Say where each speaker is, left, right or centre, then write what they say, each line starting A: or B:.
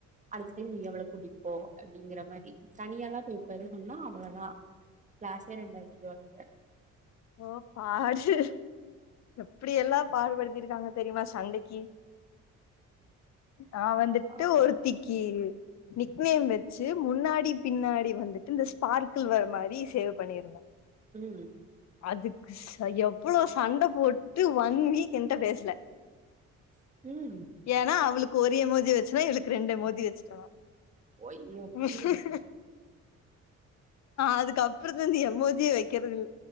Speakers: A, on the right; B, on the left.
A: அழுதுட்டே நீ அவ்வள கூட்டிட்டுப்போ அப்படிங்கிற மாரி தனியாலா போயி. <unintelligible> அவ்ளோதா. க்ளாசே ரெண்டாக்கிடுவாளுக.
B: ஓ பாரு எப்படி எல்லா பாடுபடுத்திருக்காங்க தெரியுமா சண்டைக்கி. நா வந்துட்டு
A: ஆமா
B: ஒருத்திக்கி நிக்நேம்மு. ச்சு முன்னாடி பின்னாடி வந்துட்டு இந்த ஸ்பார்க்கிள் வர மாரி சேவ் பண்ணிருந்த.
A: உம்ம்.
B: அதுக்குஸ் ஐயோ எவ்வளோ சண்ட போட்டு ஒன் வீக் என்கிட்ட பேசல.
A: ஸ் உம்.
B: ஏன்னா அவளுக்கு ஒரு எமோஜி வச்சனா இவளுக்கு ரெண்டு எமோஜி வச்சுட்டனா.
A: ஒய்யோ
B: ஹஹேஹ
A: ம்
B: அதுக்கப். அப்புறத்துலருந்து எமோஜியே வைக்குறதுயில்ல